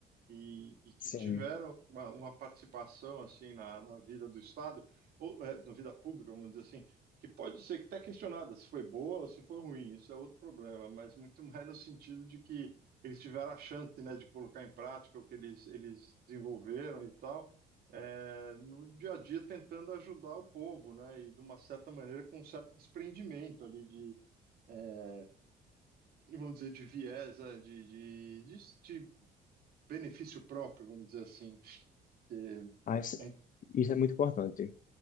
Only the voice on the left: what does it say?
Sim,
mas
isso é muito importante.